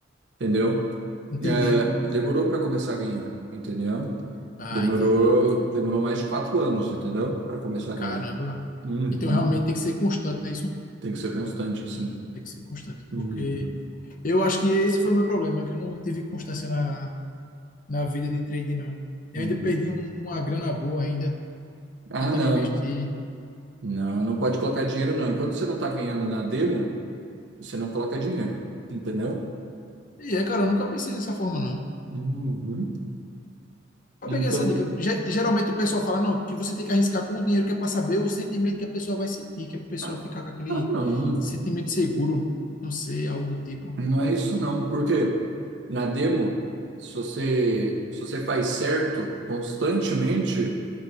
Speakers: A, on the right; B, on the left.
A: Entendeu?
B: Entendi.
A: É, demorou para começar a ganhar, entendeu?
B: Ah,
A: Demorou,
B: entendi.
A: demorou mais de quatro anos, entendeu? Para começar a
B: Caramba.
A: ganhar. Uhum.
B: Então, realmente tem que ser constante, não é isso?
A: Tem que ser constante, assim.
B: Tem que ser constante,
A: Uhum,
B: porque Eu acho que esse foi o meu problema, que eu não tive constância na, na vida de trade, não. E
A: uhum.
B: ainda perdi um- uma grana boa ainda,
A: Ah,
B: tentando
A: não.
B: investir.
A: Não, não pode colocar dinheiro, não. Enquanto você não está ganhando na demo, você não coloca dinheiro. Entendeu?
B: E é, cara, eu nunca pensei dessa forma, não.
A: Uhum.
B: Eu
A: Então,
B: peguei essa dica. Ge- Geralmente o pessoal fala, não, que você tem que arriscar com o dinheiro, que é para saber o sentimento que a pessoa vai sentir, que é para a pessoa
A: ah,
B: ficar com aquele
A: ah, não.
B: sentimento seguro, não sei, algo do tipo.
A: Não é isso, não. Porque na demo, se você, se você faz certo constantemente,